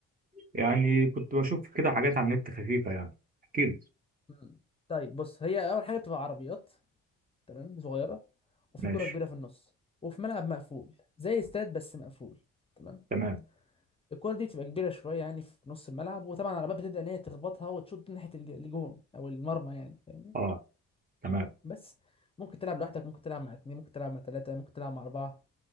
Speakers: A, on the right; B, on the left.
A: يعني كنت بشوف كده حاجات على النت خفيفة يعني احكي لي
B: مم. طيب بص هي اول حاجه بتبقى عربيات تمام صغيره وفي
A: ماشي
B: كره كبيره في النص وفي ملعب مقفول زي استاد بس مقفول تمام
A: تمام
B: الكره دي بتبقى كبيره شويه يعني في نص الملعب وطبعا العربيات بتبدا ان هي تخبطها وتشوط ناحيه الج- الجون او المرمى يعني فاهمني
A: اه تمام
B: بس ممكن تلعب لوحدك ممكن تلعب مع اتنين ممكن تلعب مع تلاته ممكن تلعب مع اربعه